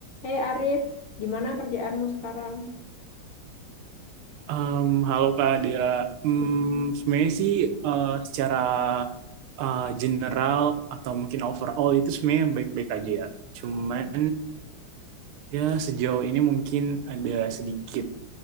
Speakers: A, on the left; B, on the right.
A: Hei Arif, gimana kerjaanmu sekarang?
B: Em, halo Kak Dira, Hmm,
A: Mm-mm.
B: sebenarnya sih eh, secara eh, general atau mungkin overall itu sebenarnya baik-baik aja ya. Cuman
A: Mm-mm.
B: ya sejauh ini mungkin ada sedikit